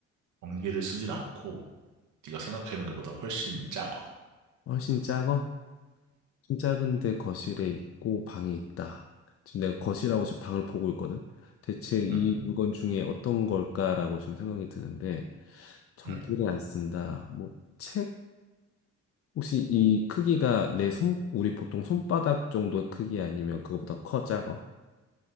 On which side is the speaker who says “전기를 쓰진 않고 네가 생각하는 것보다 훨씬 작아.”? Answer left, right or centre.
Right